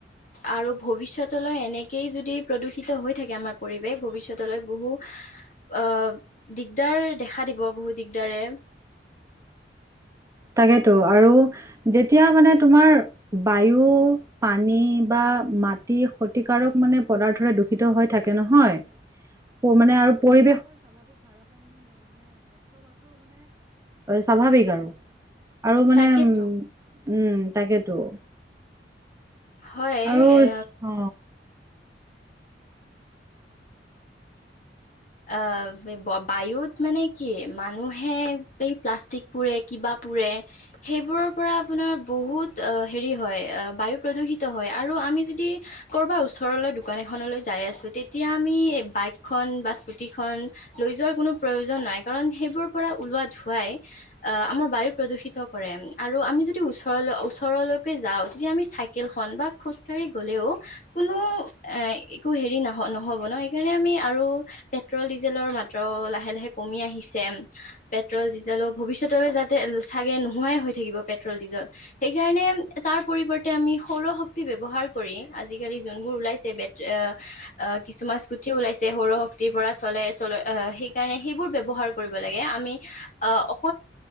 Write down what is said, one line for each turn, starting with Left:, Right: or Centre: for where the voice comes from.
Left: আৰু ভৱিষ্যতলৈ এনেকে যদি প্ৰদূষিত হৈ থাকে আমাৰ পৰিৱেশ ভৱিষ্যতলৈ বহু আহ দিগদাৰ দেখা দিব বহুত দিগদাৰে
Right: তাকেতো আৰু যেতিয়া মানে তোমাৰ বায়ু পানী বা মাটি ক্ষতিকাৰক মানে পদাৰ্থৰে দূষিত হৈ থাকে নহয়, মানে আৰু পৰি স্বাভাৱিক আৰু আৰু মানে
Left: তাকেতো
Right: উ উম তাকেতো।
Left: হয়
Right: আৰু
Left: এ।
Right: অ
Left: অ বায়ুত মানে কি মানুহে এই প্লাষ্টিক পুৰে কিবা পুৰে সেইবোৰৰ পৰা আপোনাৰ বহুত হেৰি হয় বায়ু প্ৰদূষিত হয়। আৰু আমি যদি কৰ'ৰবাৰ ওচৰলৈ দোকান এখনলৈ যাই আছো তেতিয়া আমি বাইকখন বা <unintelligible> লৈ যোৱাৰ কোনো পয়োজন নাই কাৰণ সেইবোৰ পৰাই উঠোৱা ধূৱাই আমাৰ বায়ু প্ৰদূষিত কৰে আৰু আমি যদি ওচৰলৈ ওচৰলৈকে যাওঁ তেতিয়া আমি চাইকেলখন বা খোজ় গ'লেও কোনো এ একো হেৰি নহ নহব ন সেইকাৰণে আমি আৰু পেট্ৰল ডিজেলৰ মাত্ৰাও লাহে লাহে কমি আহিছে পেট্ৰল ডিজেলো ভৱিষ্যতলৈ যাতে চাগে নোহোৱা ই হৈ থাকিব পেট্ৰল ডিজেল সেইকাৰণে তাৰ পৰিবৰ্তে আমি সৌৰশক্তি ব্যবহাৰ কৰি আজিকালি যোনবোৰ ওলাইছে, বেট অ আ কিছু্ুমান স্কুতি ওলাইছে সৌৰশক্তি পৰা সেইকাৰণে সেইবোৰ ব্যৱহাৰ কৰিব লাগে আমি অক